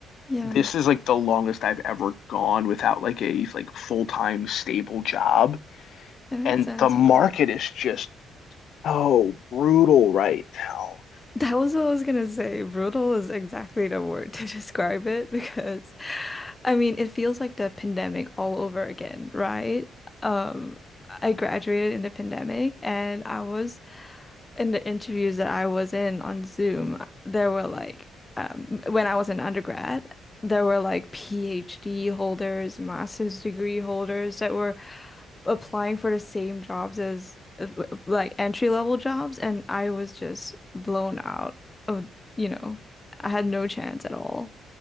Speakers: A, on the left; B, on the left.
A: yeah.
B: this is like the longest I've ever gone without like a like full-time stable job,
A: That makes
B: and
A: sense.
B: the market
A: Yeah.
B: is just so brutal right now.
A: That was what I was gonna say. Brutal is exactly the word to <laughs> describe it because, I mean, it feels like the pandemic all over again, right? Um, I graduated in the pandemic and I was in the interviews that I was in on Zoom, there were like um, when I was an undergrad, there were like PhD holders, master's degree holders that were applying for the same jobs as uh, like entry level jobs, and I was just blown out of, you know, I had no chance at all.